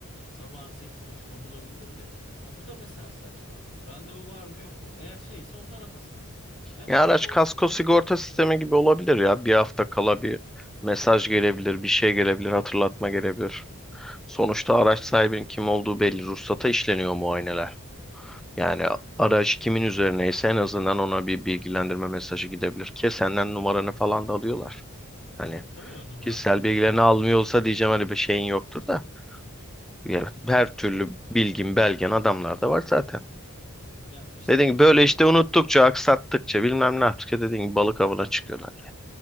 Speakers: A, on the left (about 25°); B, in the centre.
A: Sabahın sekiz buçuğuna bulabildim de. Abi bu da mesela saçma. Randevu var mı yok mu? Eğer şeyse onlar atasın hemen. Hemen
B: Ya
A: e,
B: araç
A: o
B: kasko
A: gün o esnada.
B: sigorta sistemi gibi olabilir ya. Bir hafta kala bir mesaj gelebilir, bir şey gelebilir, hatırlatma gelebilir. Sonuçta araç sahibinin kim olduğu belli. Ruhsata işleniyor muayeneler. Yani araç kimin üzerineyse en azından ona bir bilgilendirme mesajı gidebilir ki senden numaranı falan da alıyorlar. Hani
A: E, tabii tabii ya, numaram
B: kişisel
A: kayıtlı.
B: bilgilerini almıyorsa diyeceğim hani bir şeyin yoktur da. Yani her türlü bilgin, belgen adamlarda var zaten.
A: Ya işte
B: Dediğim
A: benim
B: gibi
A: sinir
B: böyle
A: olduğum
B: işte unuttukça,
A: nokta da o.
B: aksattıkça bilmem ne yaptıkça dediğim gibi balık avına çıkıyorlar.